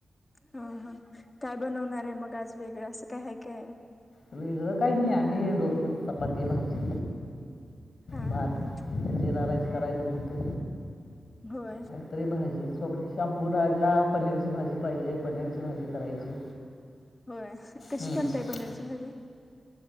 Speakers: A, on the left; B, on the left.
A: हंहा काय बनवणार आहे मग आज वेगळं असं काय हाय काय?
B: वेगळं काहीच नाही आहे रोज चपाती भाजी.
A: हा
B: भाात
A: हा हा
B: जीरा राईस करायचं म्हणते.
A: होय
B: काहीतरी भाजी. <unintelligible> शंभुराजला पनीरची भाजी पाहिजे पनीरची भाजी करायची.
A: होय, कशी
B: हम्म.
A: करताय पनीरची भाजी.